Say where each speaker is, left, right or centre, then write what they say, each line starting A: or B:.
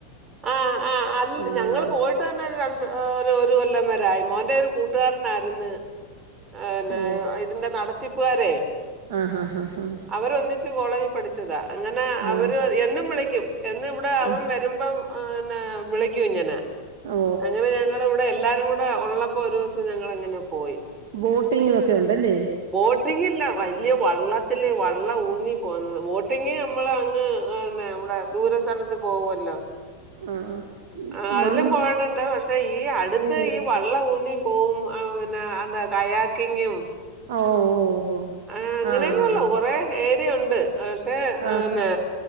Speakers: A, on the right; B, on the right.
A: ആ ആ ആല്ല്
B: ആഹ്
A: ഞങ്ങള് പോയി ട്ടന്നെ രണ്ട് ഓ ഒരു കൊല്ലം വരായി മോന്റെ ഒരു കൂട്ടുകാരനാരുന്നു ആ എന്നാ
B: ഓ
A: ഇതിന്റെ നടത്തിപ്പുകാരേ
B: ആഹ് ഹാ ഹാ ഹാ
A: അവരൊന്നിച്ച് കോളേജി പഠിച്ചതാ അങ്ങനെ
B: ആഹ്
A: അവര് എന്നും വിളിക്കും എന്നും ഇവിടെ അവൻ
B: ആഹ്
A: വരുമ്പം ആന്നെ വിളിക്കും ഇങ്ങനെ
B: ഓ
A: അങ്ങനെ ഞങ്ങളി ഇവിടെ എല്ലാരു കൂടെ ഒള്ളപ്പോ ഒരു ദിവസം ഞങ്ങളങ്ങനെ പോയി
B: ബോട്ടിങ്ങും ഒക്കെ ഉണ്ടല്ലേ
A: ബോട്ടിങ്ങില്ല വലിയ വള്ളത്തില് വള്ളം ഊന്നി പോകുന്നത് ബോട്ടിങ്ങ് നമ്മള് അങ്ങ് ആന്നെ ഇവിടെ ദൂര സ്ഥലത്ത് പോവ്വല്ലോ
B: ആഹ് ആഹ്
A: ആഹ് അതിലും
B: മൺ
A: പോയിട്ടുണ്ട് പക്ഷെ ഈ അടുത്ത്
B: ഏഹ്
A: ഈ വള്ളം ഊന്നി പോവും പിന്നെ എന്താ കയാക്കിങ്ങും
B: ആഹ് ഓ ഓ ഓ
A: ആഹ് അങ്ങനെയെന്നുള്ളൂ
B: ആഹ്
A: കൊറെ ഏരിയയുണ്ട് പക്ഷേ പിന്നെ
B: ആഹ്